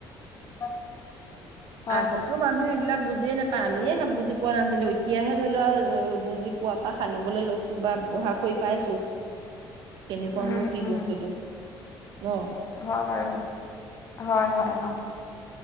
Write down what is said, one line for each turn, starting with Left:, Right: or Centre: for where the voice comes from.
Left: নাপায়। হয়
Right: আগতো মানুহে এইবিলাক বুজিয়ে নাপায় আমিয়ে ন বুজি পোৱা নাছিলো তেতিয়াহে ধৰি লোৱা বুজি পোৱা পৰা সানিবলৈ লৈছো বা ব্যৱহাৰ কৰি পাইছো কেনেকুৱানো
Left: উম
Right: কি
Left: উম
Right: বস্তুটো ন
Left: হয় বাৰু সটো হয় হয় অ